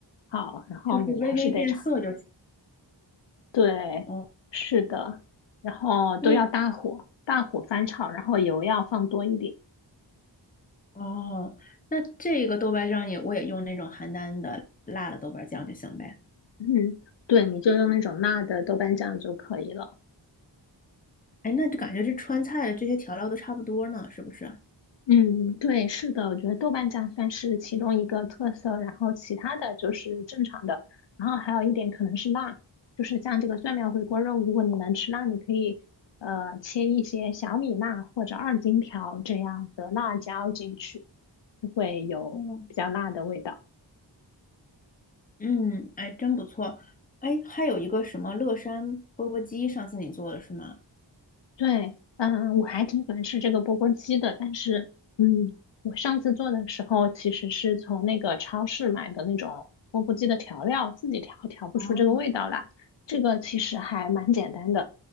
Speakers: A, on the left; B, on the left.
A: 好。然后你还是得炒。
B: 就是微微变色就行。
A: 对，
B: 哦，
A: 是的，然后都要大火，
B: 那
A: 大火翻炒，然后油要放多一点。
B: 哦，那这个豆瓣酱也我也用那种邯郸的辣的豆瓣酱就行呗。
A: 嗯，对，你就用那种辣的豆瓣酱就可以了。
B: 哎，那就感觉这川菜的这些调料都差不多呢，是不是？
A: 嗯，对，是的，我觉得豆瓣酱算是其中一个特色，然后其他的就是正常的，然后还有一点可能是辣，就是像这个蒜苗回锅肉，如果你能吃辣，你可以呃切一些小米辣或者二荆条这样的辣椒进去，就会有比较辣的味道。
B: 嗯。嗯，哎，真不错。哎，还有一个什么乐山钵钵鸡，上次你做的是吗？
A: 对，嗯，我还挺喜欢吃这个钵钵鸡的，但是，嗯，我上次做的时候其实是从那个超市买的那种钵钵鸡的调料，自己调调不出这个味道来。
B: 哦，
A: 这个其实还蛮简单的，